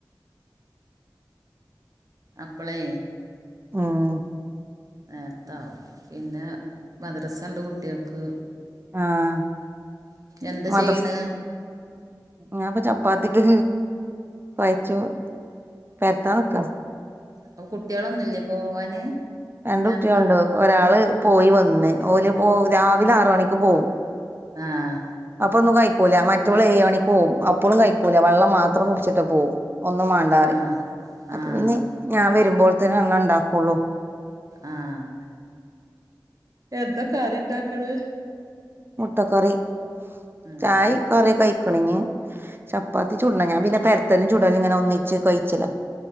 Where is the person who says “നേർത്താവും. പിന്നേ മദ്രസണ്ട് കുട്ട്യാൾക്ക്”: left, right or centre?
Right